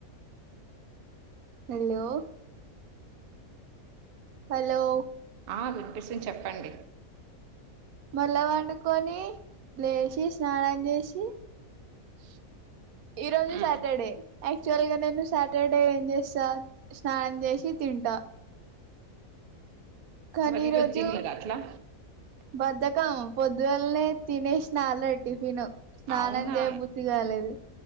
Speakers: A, on the right (about 80°); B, on the right (about 65°).
A: హలో హలో
B: ఆ వినిపిస్తుంది చెప్పండి
A: మళ్ళా పండుకొని లేచి స్నానం చేసి
B: <inaudible>
A: ఈ రోజు
B: ఉమ్
A: సాటర్డే. యాక్చువల్ గా నేను సాటర్డే ఏం చేస్తా స్నానం చేసి తింటా. కానీ
B: మరి
A: ఈ
B: ఈరోజు
A: రోజు
B: తినలేదా అట్లా
A: బద్దకం పొద్దుగాలనే తినేసినా టిఫిన్. స్నానం
B: అవునా
A: చేయ బుద్ధి కాలేదు.